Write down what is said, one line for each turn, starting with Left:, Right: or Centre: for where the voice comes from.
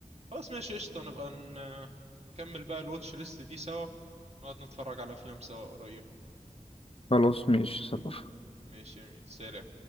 Right: خلاص ماشي قشطة نبقى ن- نكمل بقى الواتش ليست دي سوا نقعد نتفرج على افلام سوا قريب
Left: خلاص ماشي صرف
Right: ماشي يا ميت سلام